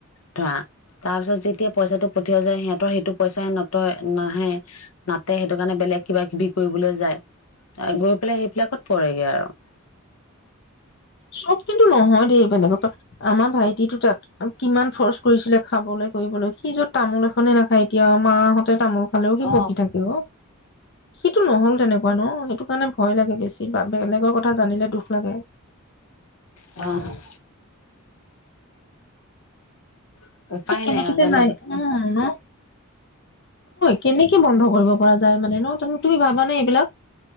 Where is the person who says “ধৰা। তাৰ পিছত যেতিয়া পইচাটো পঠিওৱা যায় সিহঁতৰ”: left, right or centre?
Left